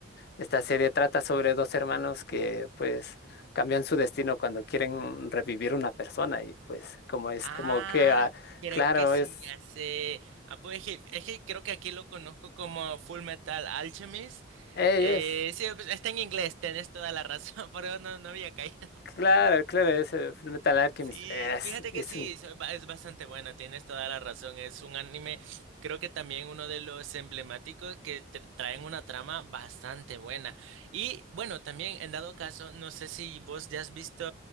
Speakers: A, on the left (about 50°); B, on the right (about 70°).
A: esta serie trata sobre dos hermanos que pues cambian su destino cuando quieren revivir una persona y pues como es
B: Ah,
A: como que, ah,
B: creo
A: claro,
B: que sí,
A: es,
B: ya sé. Ah, pues es que, es que creo que aquí lo conozco como Full Metal Alchemist.
A: eh,
B: Eh,
A: es,
B: sí, pues, está en inglés, tenés toda la razón, <laughs> pero no, no había caído.
A: claro, claro, es eh, Fullmetal Alchemist,
B: Sí,
A: es,
B: fíjate
A: es
B: que sí,
A: un
B: so- ba- es bastante buena, tienes toda la razón. Es un anime, creo que también uno de los emblemáticos que tr- traen una trama bastante buena. Y bueno, también en dado caso, no sé si vos ya has visto